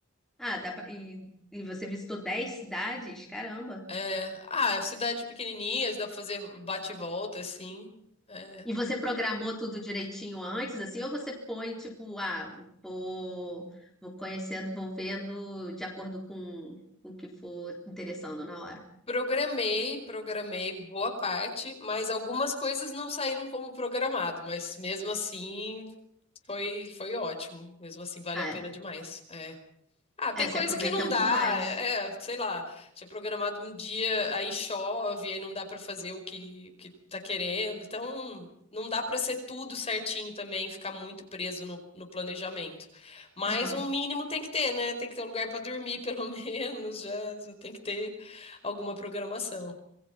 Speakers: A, in the centre; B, on the left (about 30°).
A: Ah, dá pra... e, e você visitou 10 cidades? Caramba.
B: É, ah, é cidade pequenininha, dá pra fazer bate e volta, assim. É.
A: E você programou tudo direitinho antes, assim? Ou você foi tipo, ah, vou, vou conhecendo, vou vendo de acordo com com o que for interessando na hora?
B: Programei, programei boa parte, mas algumas coisas não saíram como programado, mas mesmo assim foi, foi ótimo. Mesmo assim, vale
A: Ah,
B: a pena
A: é.
B: demais. É. Ah, tem
A: É, você
B: coisa
A: aproveita
B: que não
A: muito
B: dá.
A: mais.
B: É, é, sei lá, tinha programado um dia, aí chove, aí não dá pra fazer o que, o que tá querendo. Então, não dá pra ser tudo certinho também, ficar muito preso no, no planejamento. Mas
A: Aham.
B: um mínimo tem que ter, né? Tem que ter um lugar pra dormir, pelo <laughs> menos, já, já tem que ter alguma programação.